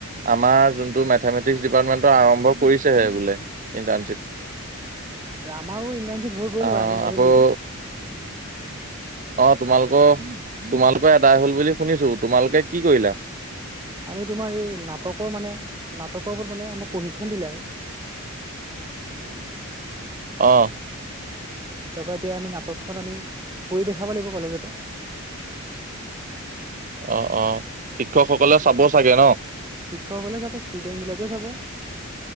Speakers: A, on the right; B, on the right.
A: আমাৰ যোনটো মেথামেটিক্স ডিপাৰ্টেনটো আৰম্ভ কৰিছেহে বোলে ইণ্টাৰ্ণচিপ।
B: আমাৰো ইণ্টাৰ্ণশ্বিপ হৈ গ'ল
A: অ
B: বাৰু আমি আগতে
A: আকৌ
B: কৰিলো।
A: অ' তোমালোকৰ তোমালোকৰ আদায় হ'ল বুলি শুনিছো, তোমালোকে কি কৰিলা?
B: আমি তোমাৰ এই নাটকৰ মানে নাটকৰ ওপৰত মানে আমাক প্ৰশিক্ষণ দিলে আৰু।
A: অ'।
B: তাৰ পৰা এতিয়া আমি নাটকখন আমি কৰি দেখাব লাগিব কলেজতে।
A: অ' অ' শিক্ষকসকলে চাব চাগে ন?
B: শিক্ষকসকলে যাব ষ্টুডেন্ট বিলাকেও চাব